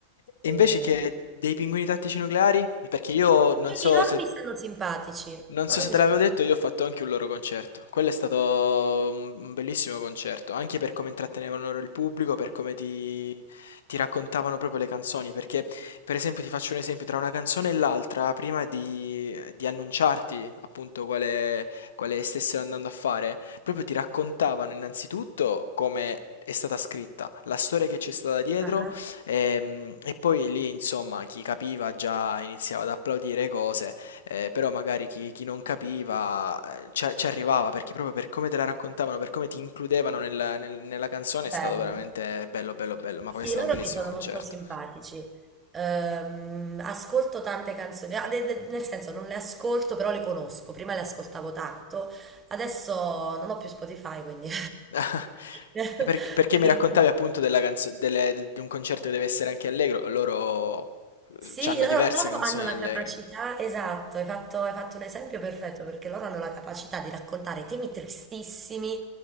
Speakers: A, on the left; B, on the right.
A: E
B: E,
A: invece che dei pinguini tattici nucleari? Perché io non so
B: e loro
A: se
B: mi stanno simpatici,
A: Non
B: loro
A: so se
B: mi
A: te
B: sono...
A: l'avevo detto, io ho fatto anche un loro concerto. Quello è stato un un bellissimo concerto, anche per come intrattenevano loro il pubblico, per come ti, ti raccontavano proprio le canzoni. Perché, per esempio, ti faccio un esempio, tra una canzone e l'altra, prima di, di annunciarti appunto quale, quale stessero andando a fare, proprio ti raccontavano innanzitutto come è stata scritta, la storia che c'è stata dietro,
B: Ah,
A: ehm, e poi lì, insomma, chi capiva già iniziava ad applaudire cose Ehm, però magari chi chi non capiva, ehm, ce ci arrivava, perché proprio per come te la raccontavano, per come ti includevano nel nel nella canzone è stato
B: bello.
A: veramente bello, bello, bello, ma poi
B: Sì,
A: è stato
B: loro
A: un bellissimo
B: mi sono
A: concerto.
B: molto simpatici. Ehm, ascolto tante canzoni, ah, de- de- nel senso non le ascolto, però le conosco. Prima le ascoltavo tanto, adesso non ho più Spotify, quindi...
A: <laughs>
B: <laughs>
A: E per perché mi raccontavi appunto della canzo delle d di un concerto che deve essere anche allegro, loro, uhm,
B: Sì,
A: c'hanno
B: loro,
A: diverse
B: loro
A: canzoni
B: hanno la
A: allegre.
B: capacità, esatto, hai fatto, hai fatto un esempio perfetto perché loro hanno la capacità di raccontare temi tristissimi,